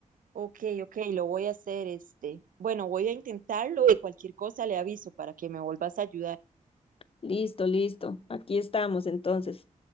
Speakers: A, on the right (about 75°); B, on the left (about 40°).
A: Ok, ok, lo voy a hacer este. Bueno, voy a intentarlo y cualquier cosa le aviso para que me vuelvas a ayudar.
B: Listo, listo. Aquí estamos entonces.